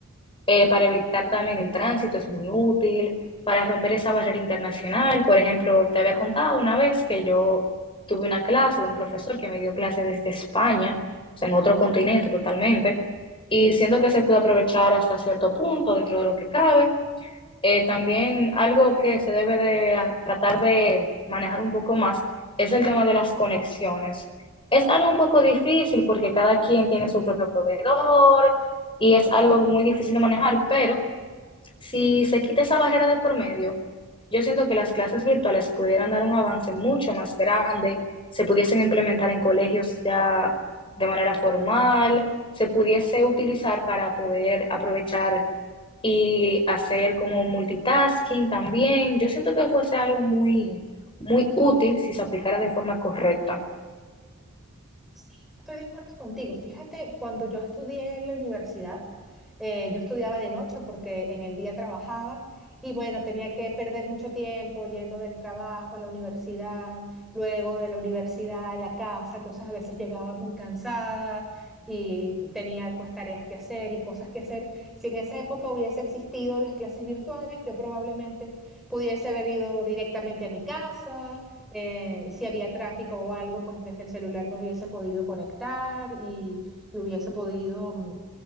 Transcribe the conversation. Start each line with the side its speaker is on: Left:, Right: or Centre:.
Left: eh, para evitar también el tránsito es muy útil, para romper esa barrera internacional. Por ejemplo, te había contado una vez que yo tuve una clase de un profesor que me dio clase desde España, o sea, en otro continente totalmente, y siento que se puede aprovechar hasta cierto punto dentro de lo que cabe eh, también algo que se debe de a- tratar de manejar un poco más es el tema de las conexiones. Es algo un poco difícil porque cada quien tiene su propio proveedor y es algo muy difícil de manejar, pero si se quita esa barrera de por medio, yo siento que las clases virtuales pudieran dar un avance mucho más grande, se pudiesen implementar en colegios ya de manera formal, se pudiese utilizar para poder aprovechar y hacer como multitasking también. Yo siento que fuese algo muy, muy útil si se aplicara de forma correcta.
Centre: Sí, yo estoy de acuerdo contigo. Fíjate, cuando yo estudié en la universidad, eh, yo estudiaba de noche porque en el día trabajaba y bueno, tenía que perder mucho tiempo yendo del trabajo a la universidad, luego de la universidad a la casa, entonces a veces llegaba muy cansada y tenía pues tareas que hacer y cosas que hacer. Si en esa época hubiese existido las clases virtuales, yo probablemente pudiese haber ido directamente a mi casa eh, si había tráfico o algo, pues desde el celular me hubiese podido conectar y, y hubiese podido mm,